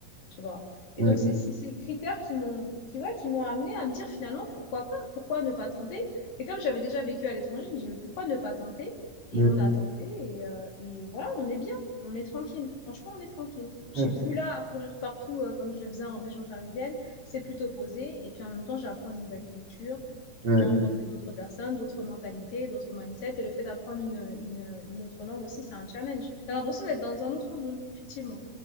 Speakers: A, on the left; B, on the right.
A: tu vois.
B: ouais,
A: Et donc, c'est ces critères qui m'ont qui, ouais, qui m'ont amené à me dire finalement, pourquoi pas? Pourquoi ne pas tenter? Et comme j'avais déjà vécu à l'étranger, je me dis, mais pourquoi ne pas tenter?
B: ouais,
A: Et on a tenté et, euh, et voilà, on est bien, on est tranquille. Franchement, on est tranquille. Je
B: ouais,
A: suis plus là à courir partout euh, comme je le faisais en région parisienne. C'est plutôt posé et puis en même temps, j'apprends une nouvelle culture
B: ouais.
A: rencontrer d'autres personnes, d'autres mentalités, d'autres mindsets. Et le fait d'apprendre une, une, une, autre langue aussi, c'est un challenge. T'as l'impression d'être dans un autre monde, effectivement.